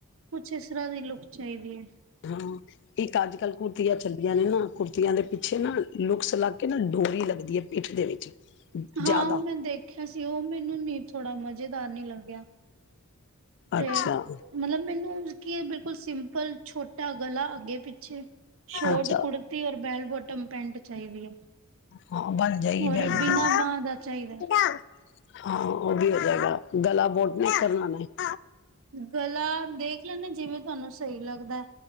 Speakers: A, on the right (about 65°); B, on the left (about 55°).
A: ਕੁਛ ਇਸ ਤਰ੍ਹਾਂ ਦੀ ਲੁ ਚਾਹੀਦੀ ਹੈ।
B: ਹਾਂ, ਇੱਕ ਅੱਜ ਕੱਲ੍ਹ ਕੁੜਤੀਆਂ ਚੱਲੀਆਂ ਨੇ ਨਾ ਕੁੜਤੀਆਂ ਦੇ ਪਿੱਛੇ ਨਾ ਲੁਕਸ ਲੱਗ ਕੇ ਨਾ ਡੋਰੀ ਲੱਗਦੀ ਹੈ, ਪਿੱਠ ਦੇ ਵਿੱਚ ਜ਼ਿਆਦਾ
A: ਹਾਂ ਉਹ ਮੈਂ ਦੇਖਿਆ ਸੀ, ਉਹ ਮੈਨੂੰ ਨ ਥੋੜ੍ਹਾ ਮਜ਼ੇਦਾਰ ਨੀ ਲੱਗਿਆ। ਤੇ
B: ਅੱਛਾ
A: ਮਤਲਬ ਮੈਨੂੰ ਕੀ ਬਿਲਕੁਲ ਸਿੰਪਲ ਛੋਟ ਤਾਂ ਗਲਾ ਅੱਗੇ ਪਿੱਛੇ ਸ਼ੋਰਟ
B: ਅੱਛਾ
A: ਕੁੜਤੀ ਔਰ ਬੈੱਲ਼ ਬੋਟ ਟਮ ਪੈਂਟ ਚਾਹੀਦੀ ਹੈ।
B: ਹਾਂ ਬਣ ਜਾਏਗੀ
A: ਔਰ
B: ਬੈੱਲ਼
A: ਬਿਨਾਂ
B: ਬੋਟਮ।
A: ਬਾਂਹ ਦਾ ਚਾਹੀਦਾ
B: ਹਾਂ ਉਹ ਵੀ ਹੋ ਜਾਏਗਾ, ਗਲਾ ਬੋਟ ਨੈਕ ਕਰ ਬਣਾਣਾ ਐ।
A: ਗਲਾ ਦੇਖ ਲੈਂਨੇ ਜਿਵੇਂ ਤੁਹਾਨੂੰ ਸਹੀ ਲੱਗਦਾ।